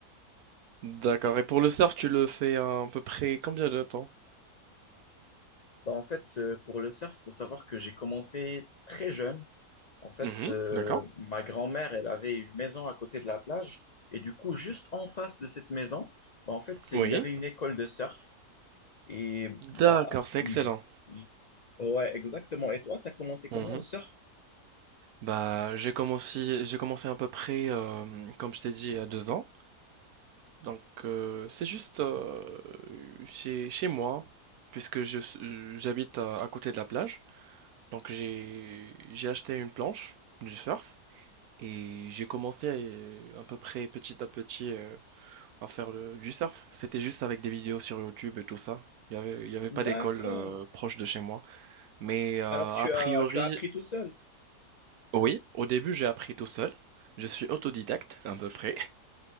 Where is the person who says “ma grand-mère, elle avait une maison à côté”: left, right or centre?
Left